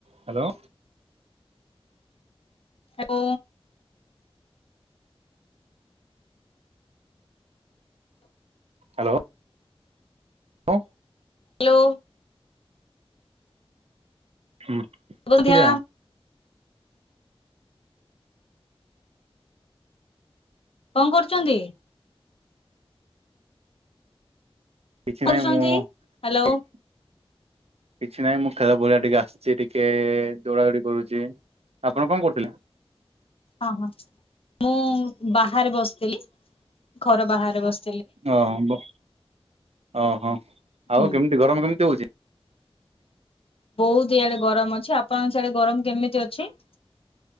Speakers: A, on the right (about 80°); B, on the left (about 65°).
A: Hello.
B: ଓ
A: hello. ଅ
B: hello.
A: ହୁଁ ହୁଁନ୍ଧିଆ।
B: ସୁଭସନ୍ଧ୍ୟା କଣ କରୁଛନ୍ତି।
A: କିଛି
B: କରୁଛନ୍ତି?
A: ନାହିଁ ମୁଁ
B: ହ୍ୟାଲୋ
A: <unintelligible> କିଛି ନାହିଁ ମୁଁ ଖେଲ ପଡିଆ ଟିକେ ଆସିଛି ଟିକେ ଏ ଦୌଡା ଦୌଡି କରୁଛି। ଆପଣ କଣ କରୁଥିଲେ?
B: ହଁ ହଁ ମୁଁ ବାହାରେ ବସିଥିଲି ଘର ବାହାରେ ବସ
A: ଓହୋ ବ ଓହୋ ଆଉ
B: ହୁଁ।
A: କେମିତି ଗରମ କେମିତି ହଉଛି?
B: ବହୁତ ଇଆଡେ ଗରମ ଅଛି ଆପଣଙ୍କ ସିଆଡେ ଗରମ କେମିତି ଅଛି? <inaudible>